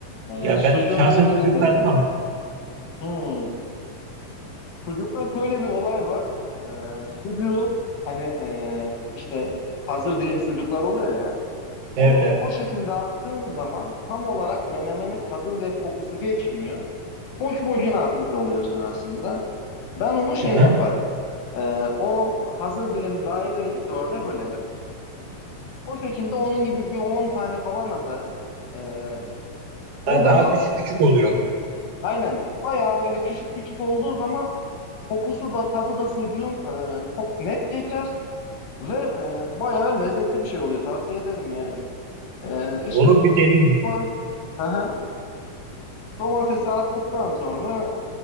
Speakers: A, on the left (about 85°); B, on the right (about 65°).
A: Ee,
B: Ya
A: sucuğunu
B: ben şahsen sucuk
A: dilimledim.
B: katmam.
A: Hmm. Sucukta şöyle bir olay var. Ee, sucuğu hani e, işte hazır dilim sucuklar oluyor ya. Onu
B: Evet evet.
A: o şekilde attığın zaman tam olarak menemenin tadı ve kokusu geçmiyor. Boş boşuna atmış oluyorsun aslında. Ben onu şey
B: Hı hı.
A: yaparım. Ee, o hazır dilim daireyi dörde bölerim. O şekilde onun gibi bir 10 tane falan atarım. Ee, o
B: Ha,
A: zaman
B: daha küçük küçük oluyor.
A: Aynen. Bayağı böyle küçük küçük olduğu zaman kokusu da tadı da sucuğun e, çok net geçer ve e, bayağı lezzetli bir şey oluyor. Tavsiye ederim yani. E, işte
B: Olur bir deneyeyim.
A: ama- aha, domatesi attıktan sonra